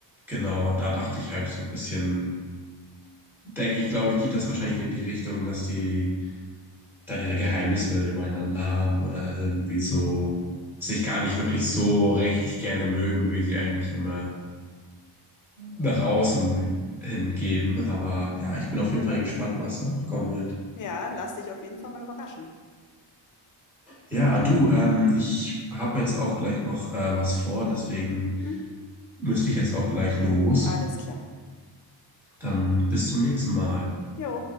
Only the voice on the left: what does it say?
Ja, lass dich auf jeden Fall mal überraschen.
Hm?
Alles klar.
Jo.